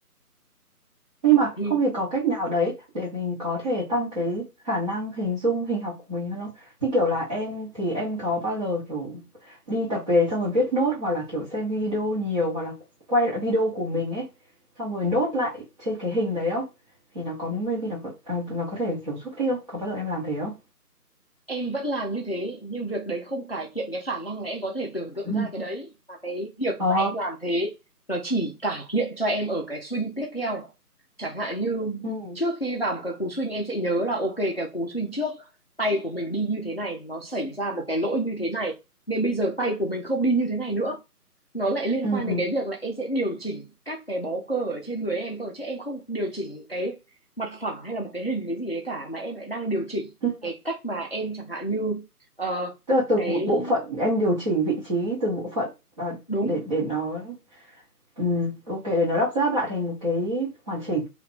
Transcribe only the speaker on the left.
thì
em vẫn làm như thế nhưng việc đấy không cải thiện cái khả năng là em có thể tưởng tượng
ra cái đấy và cái việc
mà em làm thế nó chỉ cải thiện cho em ở cái swing tiếp theo chẳng hạn như
trước khi vào một cái cú swing em sẽ nhớ là ok cái cú swing trước tay của mình đi như thế này nó xảy ra một cái lỗi như thế này nên bây giờ tay của mình không đi như thế này nữa nó lại liên
quan đến cái việc là em sẽ điều chỉnh các cái bó cơ ở trên người em cơ chứ em không điều chỉnh cái mặt phẳng hay là một cái hình cái gì đấy cả mà em lại đang điều chỉnh
cái cách mà em chẳng hạn như ờ,
cái
đúng